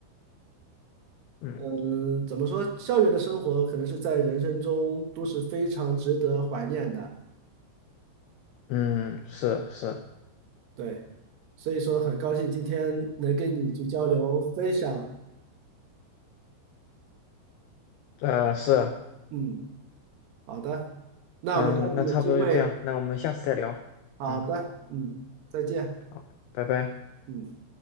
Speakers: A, on the left; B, on the right.
A: 嗯
B: 嗯，怎么说？校园的生活可能是在人生中都是非常值得怀念的，
A: 嗯是是，
B: 对。所以说，很高兴今天能跟你去交流分享。
A: 呃是啊，
B: 嗯，好的，那我们下次有机会。
A: 嗯，那差不多就这样，那我们下次再聊，
B: 好的，
A: 嗯，
B: 嗯，再见。
A: 好，拜拜。
B: 嗯。